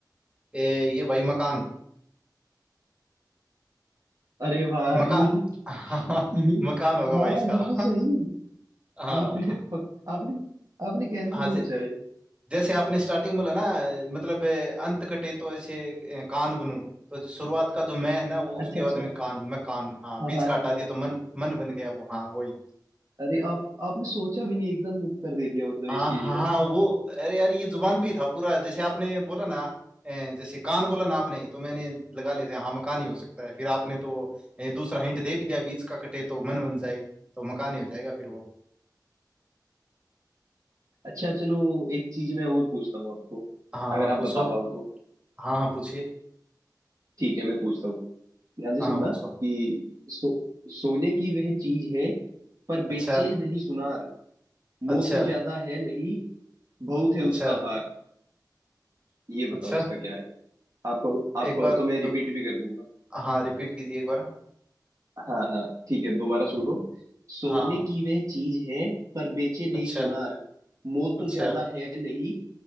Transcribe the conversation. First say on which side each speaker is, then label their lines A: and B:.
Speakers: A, on the right; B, on the right.
A: ए, ये भाई मकान
B: अरे भाई
A: मका
B: <laughs>
A: <laughs> हाँ,
B: ये
A: मकान होगा
B: हाँ
A: भाई इसका
B: बिल्कुल
A: <laughs>
B: सही
A: हाँ
B: आपने पक, आपने आपने कैसे
A: हाँ जे,
B: सोचा है
A: जैसे आपने स्टार्टिंग बोला ना मतलब ए, अंत कटे तो ऐसे ए, कान बनूं तो जो शुरुआत का जो मैं है ना वो उसके
B: अच्छा अच्छा
A: बाद में कान मैं कान हाँ
B: हाँ
A: बीच
B: हाँ
A: का हटा
B: हाँ
A: दिया
B: हाँ
A: तो मन मन बन गया वो हाँ वही
B: अरे आप आपने सोचा भी नहीं एकदम उत्तर दे दिया मतलब
A: हाँ
B: इस चीज
A: हाँ
B: का
A: हाँ, वो अरे यार ये जुबान पे ही था पूरा जैसे आपने बोला ना ए, जैसे कान बोला ना आपने तो मैंने लगा लेते हैं हाँ मकान ही हो सकता है फिर आपने तो ए, दूसरा हिंट दे भी दिया बीच का कटे तो मन बन जाए तो मकान ही हो जाएगा फिर वो
B: अच्छा चलो एक चीज मैं और पूछता हूँ आपको
A: हाँ
B: अगर
A: हाँ
B: आप
A: पूछो
B: बता पाओ तो
A: हाँ हाँ पूछिए
B: ठीक है मैं पूछता हूँ ध्यान से
A: हाँ
B: सुनना
A: हाँ पूछो
B: कि सो, सोने की वह चीज है पर
A: अच्छा
B: बेचे नहीं सुनार मोल
A: अच्छा
B: तो ज्यादा है नहीं बहुत है
A: अच्छा
B: उसका भार ये बताओ
A: अच्छा
B: इसका क्या है आप कहो आप
A: एक
B: कहो
A: बार
B: तो मैं
A: दो
B: रिपीट भी कर दूंगा
A: हाँ रिपीट कीजिए एक बार
B: हाँ हाँ ठीक है दोबारा सुनो सोने
A: हाँ हाँ
B: की वह चीज है पर बेचे नहीं
A: अच्छा
B: सुनार मोल
A: अच्छा
B: तो ज्यादा है नहीं